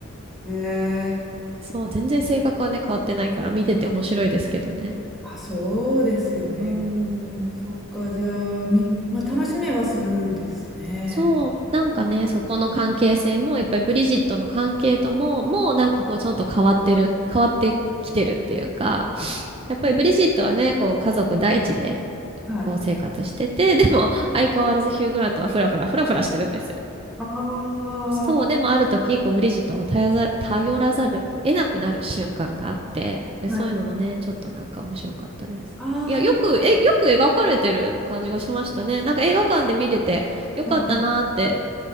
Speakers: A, in the centre; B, on the right.
A: えー
B: そう、全然性格はね、変わってないから見てて面白いですけどね。
A: あ、そうですよね。
B: うーん。
A: そっか、じゃあ、み、まあ、楽しめはするんですね。
B: そう、なんかね、そこの関係性も、やっぱりブリジットの関係とも、もうなんかこうちょっと変わってる、変わってきてるっていうか、やっぱりブリジットはね、こう家族第一で、
A: はい。
B: こう生活してて、でも相変わらずヒュー・グラントはフラフラフラフラしてるんですよ
A: ああ、
B: そう、でもある時、こう、ブリジットを頼ざる、頼らざる、得なくなる瞬間があって、でそういうのもね、
A: はい。
B: ちょっとなんか面白かったです。
A: ああ、
B: いや、よく、え、よく描かれてる感じがしましたね。なんか映画館で見てて、よかったなーって
A: まあ、うん、